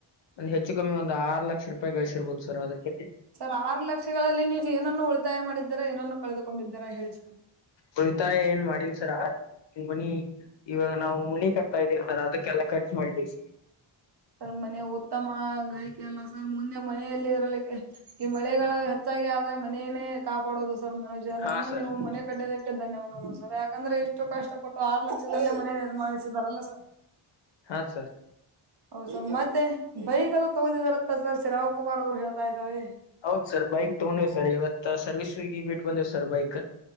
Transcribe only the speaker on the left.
ಒಂದ್ ಹೆಚ್ಚು ಕಮ್ಮಿ ಒಂದ್ ಆರು ಲಕ್ಷ ರೂಪಾಯಿ ಗಳಿಸಿರ್ಬೋದು ಸರ್ ಅದಕ್ಕೆ.
ಉಳಿತಾಯ ಏನ್ ಮಾಡಿಲ್ ಸರ. ಮನಿ ಇವಾಗ ನಾವು ಮನಿ ಕಟ್ತಾ ಇದವಿ ಸರ ಅದಕ್ಕೆಲ್ಲಾ ಖರ್ಚು ಮಾಡಿದ್ದೇವಿ.
ಹಾ ಸರ್
ಹಾಂ ಸರ್.
ಹೌದ್ ಸರ್ ಬೈಕ್ ತಗೊಂಡಿವ್ ಸರ್ ಇವತ್ ಸರ್ವಿಸ್ಸಿಗಿ ಬಿಟ್ಟ ಬಂದೇವ್ ಸರ್ ಬೈಕ.